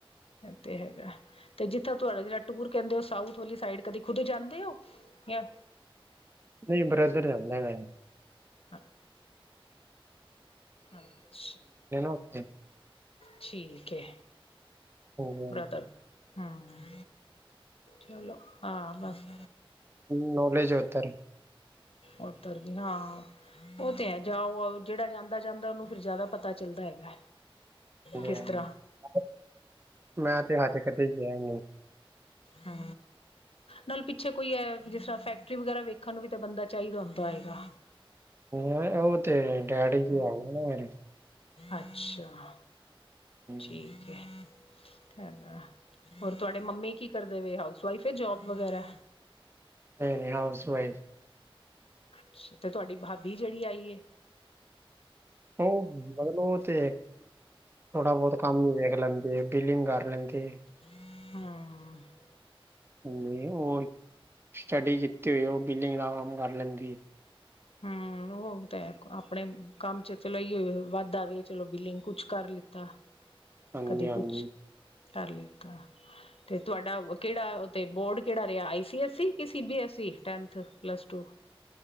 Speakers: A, on the left (about 80°); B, on the right (about 25°).
A: ਐ ਤੇ ਹੈਗਾ। ਤੇ ਜਿੱਥਾਂ ਤੁਹਾਡਾ ਜਿਹੜਾ ਟੂਰ ਕਹਿੰਦੇ ਸਾਊਥ ਵਾਲੀ ਸਾਈਡ, ਕਦੀ ਖੁਦ ਜਾਂਦੇ ਹੋ, ਯਾ
B: ਨਹੀਂ ਬ੍ਰਦਰਰ ਹੈ, ਲੈ
A: ਹਾਂ। ਅੱਛਾ,
B: ਉੱਥੇ
A: ਠੀਕ ਹੈ।
B: ਹਾਂਜੀ ਹਾਂਜੀ
A: ਬ੍ਰਦਰ ਹਾਂ ਚਲੋ ਹਾਂ, ਬਸ।
B: <inaudible> ਹ ਨੋਲੇਜ ਹੋਥਾਰ
A: ਔ ਤਰ ਦਿਆਂ ਹਾਂ। ਉਹ ਤੇ ਹੈ ਜਾਓ ਆਉ, ਜਿਹੜਾ ਜਾਂਦਾ- ਜਾਂਦਾ ਉਹਨੂੰ ਫਿਰ ਜ਼ਿਆਦਾ ਪਤਾ ਚੱਲਦਾ ਹੈਗਾ।
B: ਗਯਾ
A: ਕਿਸ
B: ਹੈ,
A: ਤਰ੍ਹਾਂ
B: ਮੈਂ ਤੇ ਆਜ ਤਕ ਗਿਆ ਨਹੀ।
A: ਹੂ ਨਾਲ ਪਿੱਛੇ ਕੋਈ ਹੈ, ਜਿਸ ਤਰ੍ਹਾਂ ਫੈਕਟਰੀ ਵਗੈਰਾ ਵੇਖਣ ਨੂੰ ਵੀ ਤਾਂ ਬੰਦਾ ਚਾਹੀਦਾ ਹੁੰਦਾ ਹੈਗਾ।
B: ਹੈ, ਔ ਤੇ ਹੈ, ਡੈਡੀ ਜੀ ਆਣਗੇ ਨਾ ਮੇਰੇ।
A: ਅੱਛਾ,
B: ਹਮ।
A: ਠੀਕ ਹੈ, ਹੈਗਾ। ਹੋਰ ਤੁਹਾਡੇ ਮੰਮੀ ਕੀ ਕਰਦੇ ਵ, ਹਾਊਸ ਵਾਇਫ ਹੈ ਜੋਬ ਵਗੈਰਾ।
B: ਨਹੀਂ -ਨਹੀਂ ਹਾਊਸ ਵਾਈਫ।
A: ਅੱਛਾ। ਤੇ ਤੁਹਾਡੀ ਭਾਬੀ ਜਿਹੜੀ ਆਈ ਏ।
B: ਔ, ਮਤਲਬ ਔ ਤੇ ਹੈ ਥੋੜਾ ਬਹੁਤ ਕੰਮ ਹੀ ਵੇਖ ਲੈਂਦੀ ਏ, ਬਿੱਲਿੰਗ ਕਰ ਲੈਂਦੀ ਏ।
A: ਹਾਂ
B: ਨਹੀ, ਔ ਸਟੱਡੀ ਕੀਤੀ ਹੋਈ ਐ, ਔ ਬਿਲਿੰਗ ਦਾ ਕੰਮ ਕਰ ਲੈਂਦੀ ਹੈ।
A: ਹਮ ਉਹ ਤੇ ਹੈ, ਆਪਣੇ ਕੰਮ ਚ' ਚਲੋ ਵਾਧਾ ਵੀ ਹੈ, ਚਲੋ ਬਿੱਲਿੰਗ ਕੁਛ ਕਰ ਲਿੱਤਾ।
B: ਹਾਂਜੀ
A: ਕਦੀ
B: ਹਾਂਜੀ
A: ਕੁਛ, ਕਰ ਲਿੱਤਾ। ਤੇ ਤੁਹਾਡਾ ਕਿਹੜਾ ਉਤੇ ਬੋਰਡ ਕਿਹੜਾ ਰਿਹਾ ਆਈ ਸੀ ਐੱਸ ਸੀ, ਕਿ C B S E tenth, plus two.